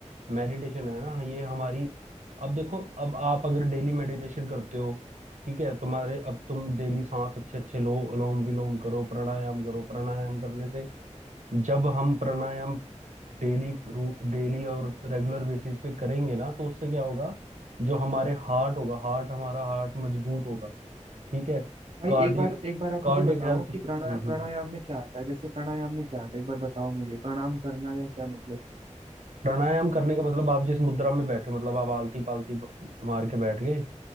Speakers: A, on the right; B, on the right.
A: मेडिटेशन है ना ये हमारी अब देखो अब आप अगर डेली मेडिटेशन करते हो ठीक है तुम्हारे अब तुम डेली सांस अच्छे अच्छे लो अनुलोम विलोम करो प्राणायाम करो प्राणायाम करने से जब हम प्राणायाम डेली डेली और रेगुलर बेसिस पे करेंगे ना तो उससे क्या होगा जो हमारे हार्ट होगा हार्ट हमारा हार्ट मजबूत होगा ठीक है
B: भाई
A: Cardiac
B: एक बार एक बार आप
A: cardiac
B: मुझे बताओ
A: health हम्म
B: कि प्राणा प्राणायाम
A: हम्म
B: में क्या आता है जैसे प्राणायाम में क्या आता है एक बार बताओ मुझे प्रणाम करना या क्या मतलब
A: प्राणायाम करने का मतलब आप जिस मुद्रा में बैठे हो, मतलब आप आलती पालती ब- मार के बैठ गए